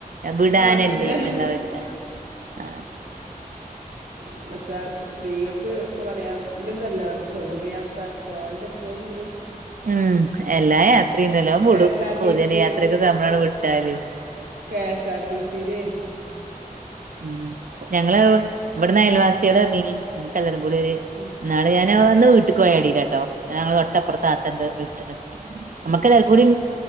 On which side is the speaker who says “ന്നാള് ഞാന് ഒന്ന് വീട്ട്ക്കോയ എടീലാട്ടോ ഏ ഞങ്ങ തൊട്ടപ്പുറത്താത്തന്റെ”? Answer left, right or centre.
Right